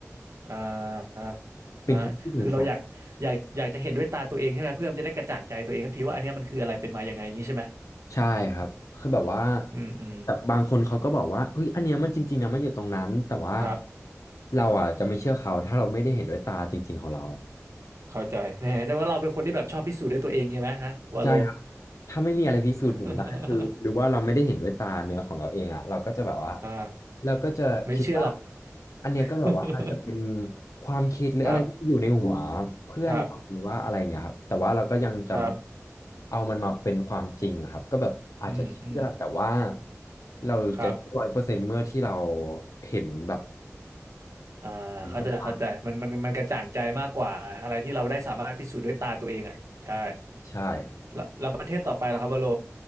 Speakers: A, on the right; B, on the left.
A: อ่า
B: เป็นคนที่สงสัย
A: อ่าคือเราอยากอยากอยากจะเห็นด้วยตาตัวเองใช่ไหมเพื่อมันจะได้กระจ่างใจตัวเองสักทีว่าอันเนี้ยมันคืออะไรเป็นมายังไงอย่างนี้ใช่ไหม
B: ใช่ครับคือแบบว่า
A: อืมอืม
B: แต่บางคนเขาก็บอกว่าเฮ้ยอันเนี้ยมันจริงๆนะมันอยู่ตรงนั้นแต่ว่า
A: ครับ
B: เราอ่ะจะไม่เชื่อเขาถ้าเราไม่ได้เห็นด้วยตาจริงๆของเรา
A: เข้าใจแน่แสดงว่าเราเป็นคนที่แบบชอบพิสูจน์ด้วยตัวเองใช่ไหมฮะวาโล
B: ใช่ครับถ้าไม่มีอะไรพิสูจน์ผมได้คือหรือว่าเราไม่ได้เห็นด้วยตาเนื้อของเราเองอะเราก็จะแบบว่า
A: <laughs> อ่า
B: เราก็จะคิดว่า
A: ไม่เชื่อหรอก
B: อันเนี้ยก็แบบว่าอาจจะเป็น
A: <laughs>
B: ความคิดหรืออะไรที่อยู่ในหัว
A: ครับ
B: เพื่อนเราหรือว่าอะไรเงี้ยครับแต่ว่าเราก็ยังจำเอามันมาเป็นความจริงอะครับก็แบบอาจจะเชื่อแต่ว่า
A: ครับครับอืมอืม
B: เราจะร้อยเปอร์เซ็นต์เมื่อที่เรา
A: ครับ
B: เห็นแบบ
A: อ่าเข้าใจเข้าใจมันมันมันกระจ่างใจมากกว่าอะไรที่เราได้สามารถพิสูจน์ด้วยตาตัวเองอ่ะใช่
B: เห็นกับตาใช่ครับ
A: แล้วแล้วประเทศต่อไปล่ะครับวาโล